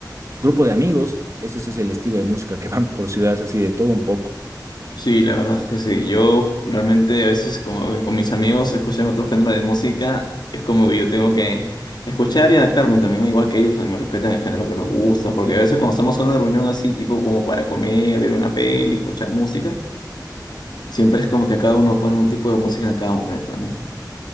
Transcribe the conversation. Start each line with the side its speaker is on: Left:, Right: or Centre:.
Right: grupo de amigos, ese ese es el estilo de música que <laughs> van por ciudades así de todo un poco.
Left: Sí, la verdad es que sí. Yo realmente a veces como que con mis amigos escuchan otro género de música, es como que yo tengo que escuchar y adaptarme también, ¿no? igual que ellos, a mí me respetan el género que me gusta, porque a veces cuando estamos en una reunión así, tipo como para comer, ver una peli, escuchar música. Siempre es como que cada uno pone un tipo de música en cada momento, ¿no?